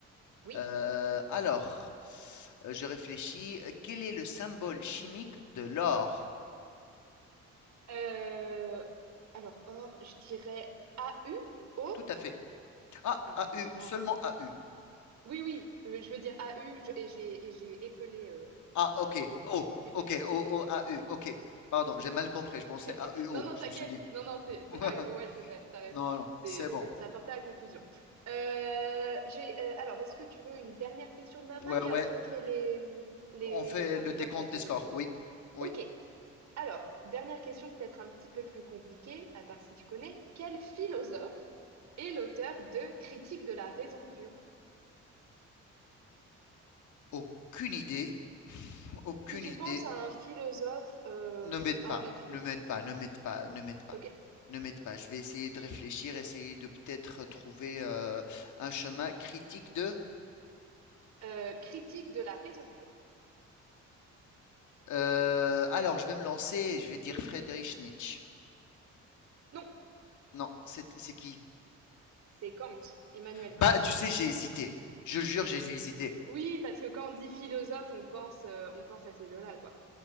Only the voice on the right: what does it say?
Oui.
Euh, Alors or, je dirais AU. O.
Incroyable.
Oui, oui, Euh, je veux dire AU je- et j'ai et j'ai épelé euh,
O.
<laughs>
<laughs>
Non, non,
t'inquiète.
Non, non, c'est, c'est,
ah, oui, ouais, c'est vrai, t'as raison.
C'est,
c'est de s'apporter à la conclusion. Euh, j'ai, euh, alors, est-ce que tu veux une dernière question de ma part
et
après on fait les, les,
enfin,
c'est
toi qui as tenu
compte.
Ok. Alors, dernière question peut-être un petit peu plus compliquée, à part si tu connais. Quel philosophe est l'auteur de Critique de la raison pure?
Si tu
penses à un philosophe, euh,
pff,
un
des philo...
Ok.
Euh, Critique de la raison pure.
Non,
c'est Kant, Emmanuel
Kant.
Oui, parce que quand on dit philosophe, on pense, euh, on pense à ces deux-là, quoi.